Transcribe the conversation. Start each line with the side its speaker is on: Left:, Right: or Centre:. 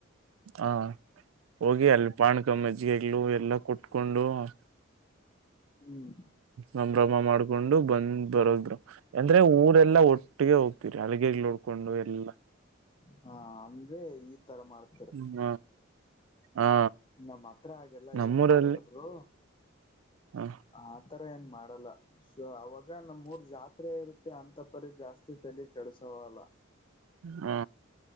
Right: ಹಾ ಹೋಗಿ ಅಲ್ಲಿ ಪಾಣಕಮ್ಮಜ್ಜಿಗೆಗಳು ಎಲ್ಲ ಕುಟ್ಕೊಂಡು ಹ
Left: ಹ್ಮ್
Right: ಸಂಭ್ರಮ ಮಾಡ್ಕೊಂಡು ಬಂದ್ ಬರೋದ್ರು ಅಂದ್ರೆ ಊರೆಲ್ಲಾ ಒಟ್ಟಿಗೆ ಹೋಗ್ತಿರಿ ಹಳಗ್ ನೋಡ್ಕೊಂಡು ಎಲ್ಲಾ
Left: ಹಾ ಅಂದ್ರೆ ಈ ತರ ಮಾಡ್
Right: ಹ್ಮ ಹ್ಮ ಹಾ
Left: ನಮ್ಮ್ ಹತ್ರ ಹಾಗೆಲ್ಲ
Right: ನಮ್ಮೂರಲ್ಲಿ
Left: ಏನ್ ಮಾಡಲ್ಲಬರು
Right: ಹ
Left: ಆ ತರ ಏನ್ ಮಾಡಲ್ಲ ಸೊ ಅವಾಗ ನಮ ಮೂರ್ ಜಾತ್ರೆ ಇರುತ್ತೆ ಅಂತ ಪರಿ ಜಾಸ್ತಿ ತಲಿ ಕಡಸವಲ್ಲ
Right: ಹಾ